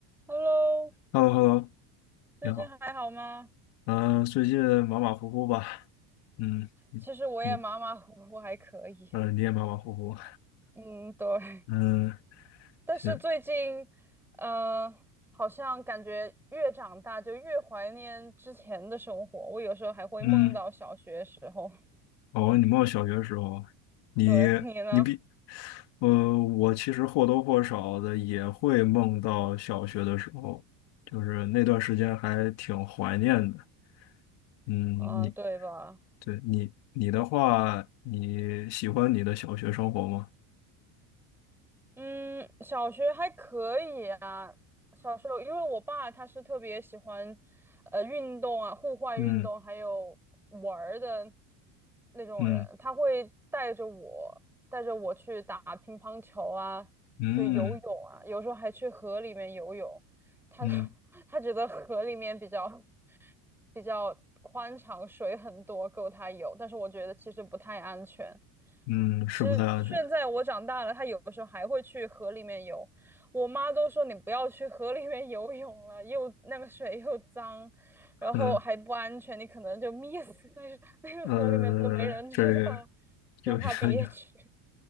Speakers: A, in the centre; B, on the left.
A: Hello，
B: h e l l o h e l l o
A: 最近还好吗？
B: 你好。嗯、最近马马虎虎吧？嗯，你你
A: 其实我也马马虎虎，还可以。
B: 呃，你也马马虎虎。
A: 嗯，对。
B: 嗯，
A: 但是最近，
B: 行。
A: 呃，好像感觉越长大就越怀念之前的生活。我有时候还会梦到小学时候。
B: 嗯，
A: <laughs>
B: 哦，你梦小学的时候，你你比，
A: 对，你呢？
B: 呃，我其实或多或少的也会梦到小学的时候，就是那段时间还挺怀念的。嗯，
A: 嗯，
B: 你
A: 对吧？
B: 对你你的话，你喜欢你的小学生活吗？
A: 嗯，小学还可以啊。小时候，因为我爸他是特别喜欢，呃，运动啊，户外运动，
B: 嗯
A: 还有玩儿的那种人，
B: 嗯
A: 他会带着我，带着我去打乒乓球啊，
B: 嗯
A: 去游泳啊，有时候还去河里面游泳。他
B: 嗯
A: <laughs> 他觉得河里面比较比较宽敞，水很多，够他游。但是我觉得其实不太安全。
B: 嗯，是不太安全。
A: 就是现在我长大了，他有的时候还会去河里面游。我妈都说你不要去河里面游泳了，又那个水又脏，然后还不安全，
B: 嗯
A: 你可能就 <laughs> 溺死在那个河里面都没人知道，
B: 呃，这有有
A: 让他别去。
B: <laughs> 有，